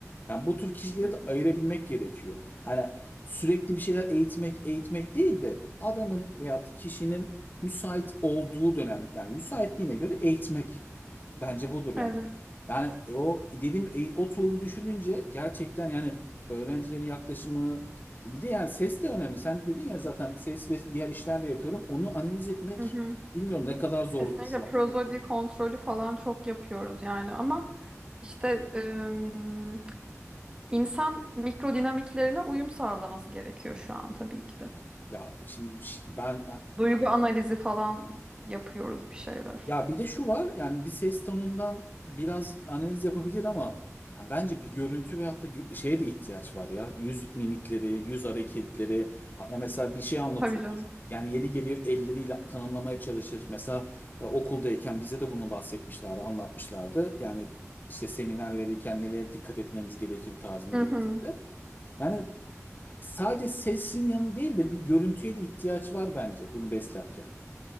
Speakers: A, on the left (about 35°); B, on the right (about 20°).
A: Yani bu tür kişileri
B: <laughs>
A: de ayırabilmek gerekiyor. Hani sürekli bir şeyler eğitmek eğitmek değil de adamın veyahut kişinin müsait olduğu dönem yani müsaitliğine göre eğitmek. Bence budur yani.
B: Evet.
A: Yani e, o dedim e, o tool'u düşününce gerçekten yani öğrencilerin yaklaşımı bir de yani ses de önemli. Sen dedin ya zaten ses ve diğer işler de yapıyorum. Onu analiz etmek
B: Hı hı.
A: bilmiyorum ne kadar zordur
B: Kesinlikle
A: şu
B: prozodi
A: an.
B: kontrolü falan çok yapıyoruz yani ama işte ım, insan mikrodinamiklerine uyum sağlaması gerekiyor şu an tabii ki de.
A: Ya şimdi şi- ben
B: Duygu analizi falan yapıyoruz bir şeyler.
A: Ya bir de şu var yani bir ses tonundan biraz analiz yapabilir ama ya bence bir görüntü veyahut da gü- şeye de ihtiyaç var ya. Yüz mimikleri, yüz hareketleri. Ha- ya mesela bir şey anlatıyordur.
B: Tabii canım.
A: Yani yeri geliyor elleriyle tanımlamaya çalışır. Mesela e, okuldayken bize de bunu bahsetmişlerdi, anlatmışlardı. Yani işte seminer verirken nelere dikkat etmemiz gerekir tarzında
B: Hı
A: bir
B: hı.
A: etkisi. Yani sadece sesin yanı değil de bir görüntüye de ihtiyaç var bence bunu beslerken.